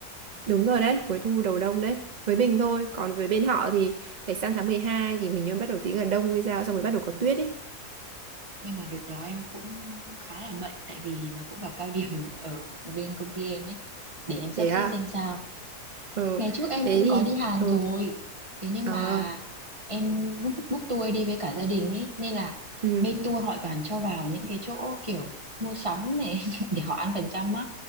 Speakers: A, on the right; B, on the right.
A: Đúng rồi đấy, cuối thu đầu đông đấy. Với mình thôi, còn với bên họ thì phải sang tháng 12 thì mình như bắt đầu tí là đông hay sao xong rồi bắt đầu có tuyết ấy.
B: nhưng mà đợt đó em cũng khá là bận tại vì nó cũng vào cao điểm <laughs> ở bên công ty em ấy để em sắp
A: Thế à?
B: xếp xem sao
A: Ừ.
B: ngày trước em
A: Thế
B: cũng
A: thì
B: có đi Hàn
A: ừ.
B: rồi thế nhưng
A: Ờ.
B: mà em book book tour đi với cả gia đình ấy nên là
A: Ừ.
B: bên tour họ toàn cho vào những cái chỗ kiểu mua sắm này <laughs> để họ ăn phần trăm á